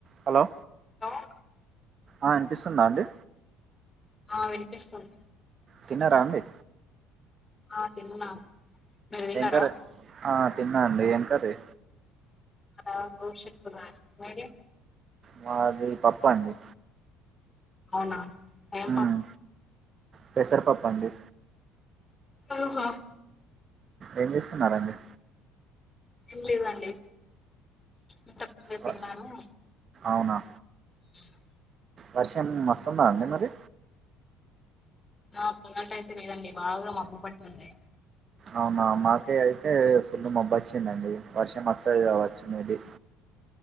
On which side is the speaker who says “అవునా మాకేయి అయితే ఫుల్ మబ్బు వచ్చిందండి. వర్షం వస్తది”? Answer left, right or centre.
Right